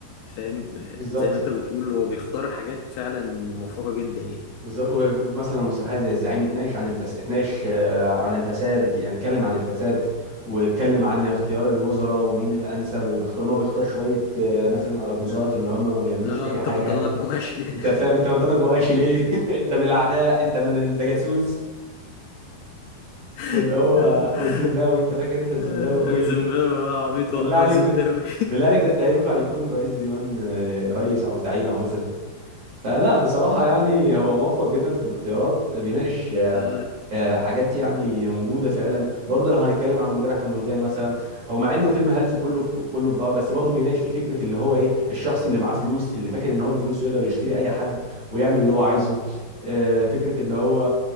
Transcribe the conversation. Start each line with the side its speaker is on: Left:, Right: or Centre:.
Left: فاهم
Right: بالظبط
Left: زي ما انت بتقول هو بيختار حاجات فعلا موفقة جدا يعني
Right: بالظبط ومثلا المسرحيه زي الزعيم اتناقش عن الفس... اتناقش آه، عن الفساد يعني اتكلم عن الفساد واتكلم عن اختيار الوزراء ومين الانسب وبيختار ان هو بيختار شويه آه، مثلا اراجوزات
Left: اه,
Right: اللي هم ما بيعملوش
Left: آه
Right: اي
Left: انت
Right: حاجه
Left: بنطلونك مواشي ليه
Right: انت فاهم انت منطقك مقاشي ليه <laughs> انت من الاعداء انت من انت جاسوس واللي
Left: <laughs>
Right: هو والزيمباوي انت فاكر انت الزيمباوي
Left: آه،
Right: الراجل اللي
Left: زيمباوي
Right: كان
Left: آه، عبيط
Right: بالله
Left: واقرع
Right: عليك
Left: وزيمباوي
Right: ده بالله عليك ده, ده ينفع يكون رئيس ديوان آه، رئيس او زعيم او مثلا فلا بصراحة
Left: <laughs>
Right: يعني هو موفق جدا في الاختيارات بيناقش آه،
Left: آه
Right: آه، حاجات يعني موجودة فعلا برضه لو هنتكلم عن مرجان أحمد مرجان مثلا هو مع إنه فيلم هلس كله في كله في بعض بس برضه بيناقش فيه فكرة اللي هو إيه الشخص اللي معاه فلوس اللي فاكر إن هو بفلوسه يقدر يشتري أي حد ويعمل اللي هو عايزه آه، فكرة اللي هو